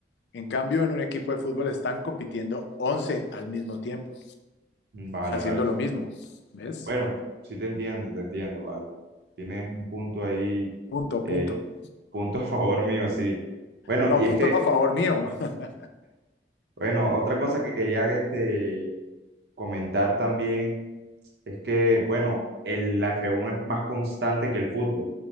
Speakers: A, on the left; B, on the right.
A: En cambio, en un equipo de fútbol están compitiendo 11 al mismo tiempo,
B: mm, vale,
A: haciendo
B: vale.
A: lo mismo, ¿ves?
B: Bueno, sí te entiendo, te entiendo, vale. Tienes un punto ahí
A: Punto,
B: eh,
A: punto.
B: Punto a favor mío, sí. Bueno,
A: No,
B: y
A: punto
B: es que,
A: a favor mío. <laughs>
B: bueno, otra cosa que quería este, comentar también es que, bueno, el, la f uno es más constante que el fútbol.